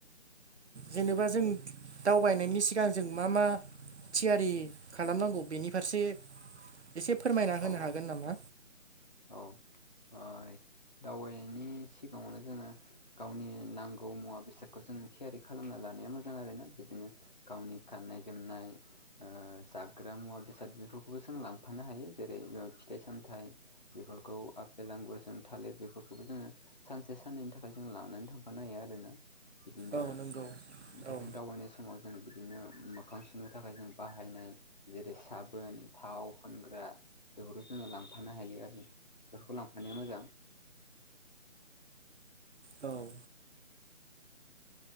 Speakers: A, on the right (about 60°); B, on the left (about 35°).
A: जेनेबा जों दावबायनायनि सिगां जों मा मा थियारि खालामनांगौ बेनि फारसे एसे फोरमायना
B: औ
A: होनो
B: औ
A: हागोन नामा
B: औ दावबायनायनि सिगाङावनो जोङो गावनि नांगौ मुवा बेसादखौ जों थियारि खालामना लानाया मोजां आरोना बिदिनो गावनि गाननाय जोमनाय जाग्रा मुवा बेसाद बेफोरखौबो जों लांफानो हायो जेरै फिथाइ सामथाइ बेफोरखौ आपेल आांगुरजों थालिर बेफोरखौबो जोङो सानसे साननैनि थाखाय जों लानानै थांफानो हायो आरोना बिदिनो
A: औ नंगौ
B: ओमफ्राय
A: औ
B: जों दावबायनाय समाव समाव जों बिदिनो मोखां सुनो थाखाय जों बाहायनाय जेरै साबोन थाव फोनग्रा बेफोरखौ जोङो लांफानो हायो आरो बेफोरखौ लांफाया मोजां
A: औ